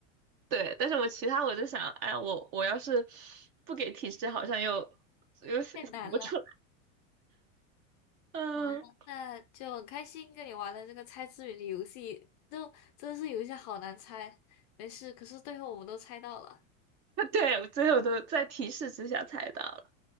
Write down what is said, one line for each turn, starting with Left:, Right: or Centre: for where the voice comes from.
Right: 对，但是我其他我就想，哎，我我要是不给提示，好像又又想不出来。
Left: 太难了。
Right: 嗯，
Left: 好，那就很开心跟你玩了这个猜字谜的游戏，就真的是有一些好难猜。没事，可是最后我们都猜到了。
Right: <laughs> 对，最后都在提示之下猜到了。